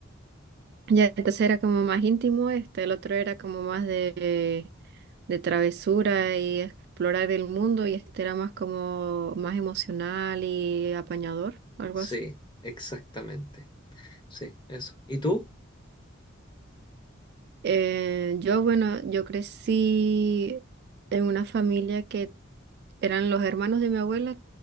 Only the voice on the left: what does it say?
Sí,
exactamente. Sí, eso. ¿Y tú?